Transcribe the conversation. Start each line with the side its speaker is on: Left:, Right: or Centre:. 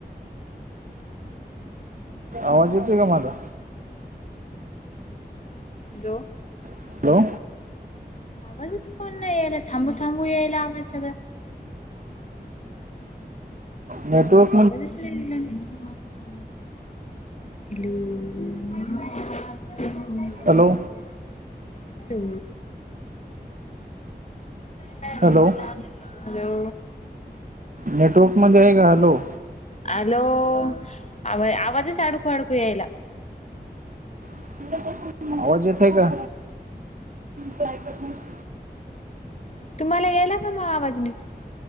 Right: आवाज येतो आहे का माझा
Left: हॅलो!
Right: हॅलो
Left: आवाजच कोण नाही यायला थांबू थांबू यायला आवाज सगळा.
Right: Network.
Left: <unintelligible> <unintelligible>
Right: Hello
Left: to <unintelligible>
Right: hello!
Left: Hello!
Right: Network मध्ये आहे का हॅलो.
Left: हॅलो आ आवाजच अडकू अडकू यायला.
Right: <unintelligible> आवाज येतय का? काय कर नस.
Left: तुम्हाला याला का मग आवाज निघ.